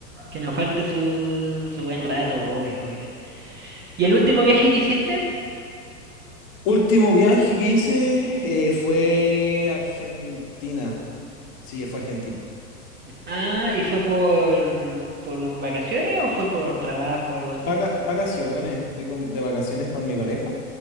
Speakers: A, on the right (about 20°); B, on the left (about 40°).
A: que nos falte su, su buen rato, obvio, obvio. ¿Y el último viaje que hiciste?
B: Último viaje que hice eh, fue Argentina. Sí, fue a Argentina.
A: Ah, ¿y fue por, por vacaciones o fue por trabajo o algo así?
B: Vaca- vacaciones, fui con- de vacaciones con mi pareja.